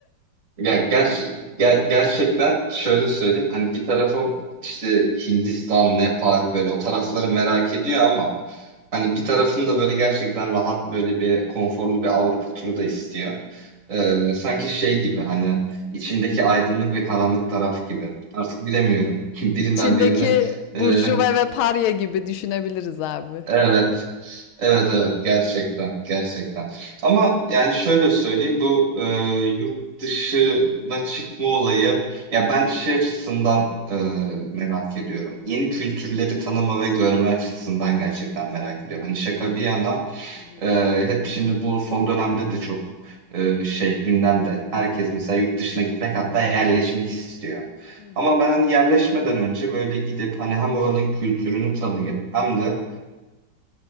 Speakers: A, on the right; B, on the left.
A: ya, ger- ger- gerçekten şöyle söyleyeyim. Hani bir tarafım işte Hindistan, Nepal böyle o tarafları merak ediyor ama hani bir tarafım da böyle gerçekten rahat böyle bir konforlu bir Avrupa turu da istiyor. Ee, sanki şey gibi hani içimdeki aydınlık ve karanlık taraf gibi. Artık bilemiyorum. <laughs> Birinden
B: İçindeki
A: birini.
B: burjuva
A: Ee,
B: ve parya gibi düşünebiliriz abi.
A: evet, Evet evet gerçekten gerçekten ama yani şöyle söyleyeyim bu e, yurt dışına çıkma olayı ya ben şey açısından e, merak ediyorum yeni kültürleri tanıma ve görme açısından gerçekten merak ediyorum hani şaka bir yana
B: Hı hı,
A: e, hep şimdi bu son dönemde de çok e, şey gündemde herkes mesela yurt dışına gitmek hatta yerleşmek istiyor
B: hı hı.
A: ama ben hani yerleşmeden önce böyle gidip hani hem oranın kültürünü tanıyıp hem de